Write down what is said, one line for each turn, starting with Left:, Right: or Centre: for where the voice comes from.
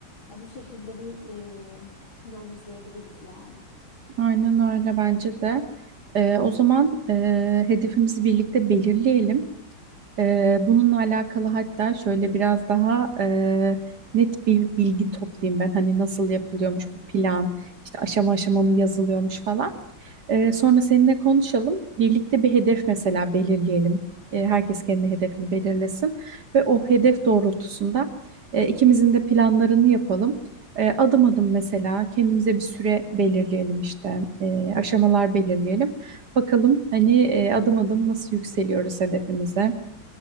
Left: Ha, bu şekilde bir e, yol izleyebiliriz yani.
Right: Aynen öyle bence de. E, o zaman e, hedefimizi birlikte belirleyelim. Ee, bununla alakalı hatta şöyle biraz daha e, net bir bilgi toplayayım ben. Hani nasıl yapılıyormuş bu plan, işte aşama aşama mı yazılıyormuş falan. Ee, sonra seninle konuşalım. Birlikte bir hedef mesela belirleyelim. Ee, herkes kendi hedefini belirlesin ve o hedef doğrultusunda e, ikimizin de planlarını yapalım. Ee, adım adım mesela kendimize bir süre belirleyelim işte, Ee, aşamalar belirleyelim. Bakalım hani e, adım adım nasıl yükseliyoruz hedefimize.